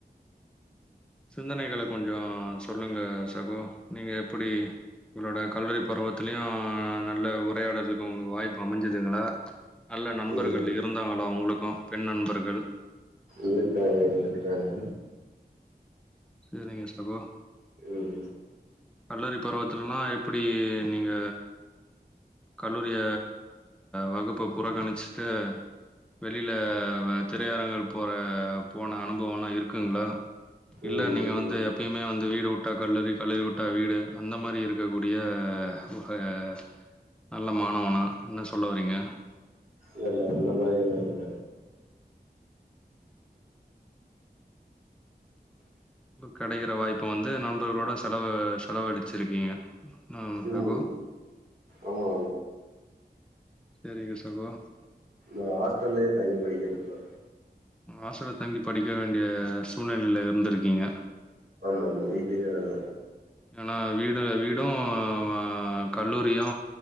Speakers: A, in the centre; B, on the right.
A: சிந்தனைகள கொஞ்சோ சொல்லுங்க சகோ நீங்க எப்புடி உங்களோட கல்லூரி பருவத்துலயு நல்ல உரையாடறதுக்கு உங்களுக்கு வாய்ப்பு அமஞ்சுதுங்களா நல்ல நண்பர்கள்
B: ம்.
A: இருந்தாங்களா உங்களுக்கும் பெண் நண்பர்கள்
B: இருக்றாங்க இருக்றாங்க
A: செரிங்க சகோ
B: ம்,
A: கல்லூரி பருவத்துலல்லா எப்புடி நீங்க கல்லூரிய வகுப்ப புறக்கணுச்சுட்டு வெளில வ திரையரங்கள் போற போன அனுபவோ எல்லா இருக்குங்ளா இல்ல
B: ம்.
A: நீங்க
B: இருக்கு.
A: வந்து எப்பயுமே வந்து வீடு வுட்டா கல்லூரி கல்லூரி வுட்டா வீடு அந்த மாரி இருக்கக்கூடிய க உக ஒரு நல்ல மாணவனா என்ன சொல்லவறீங்க
B: இல்ல, இல்ல. அந்த மாரி எல்லா இல்ல
A: கெடைக்குற வாய்ப்ப வந்து நண்பர்களோட செலவு செலவழுச்சுருக்கீங்க ஆ சகோ
B: ம். ஆமா.
A: செரிங்க சகோ
B: நா ஹாஸ்டல்லயே தங்கி படிக்கிற ப்ரோ
A: ஆஸ்டல தங்கி படிக்க வேண்டிய சூழ்நிலையில இருந்துருக்கீங்க
B: நம்ம வீட்டுகாக
A: ஏன்னா வீடு வீடூ அ ஆ கல்லூரியு